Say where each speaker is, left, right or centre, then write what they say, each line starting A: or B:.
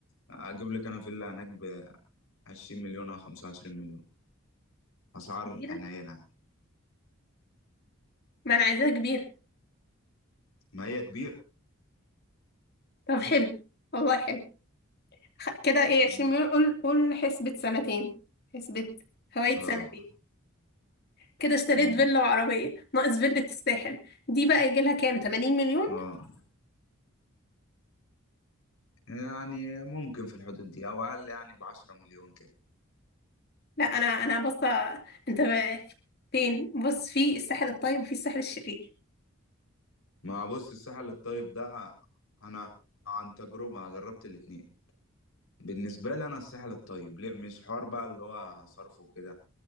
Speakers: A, on the left; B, on the left.
A: اجيب لك انا فيلا هناك ب 20 مليون او 25 مليون اسعار
B: كبيرة
A: حنينة يعني.
B: ما انا عايزاها كبيرة
A: ما هي كبيرة
B: طب حلو والله حلو خ- كده ايه 20
A: امم
B: مليون قول قول حسبة سنتين حسبة فوائد
A: اه
B: سنتين كده اشتريت
A: امم
B: فيلا وعربية ناقص فيلة الساحل دي بقى يجي لها كام 80 مليون
A: اه يعني ممكن في الحدود دي او اقل يعني ب 10 مليون كده
B: لا انا انا بص انت بقى فين بص في الساحل الطيب وفي الساحل الشرير
A: ما بص الساحل الطيب ده انا عن تجربة جربت الاتنين بالنسبة لي انا الساحل الطيب ليه مش حوار بقى اللي هو صرفه كده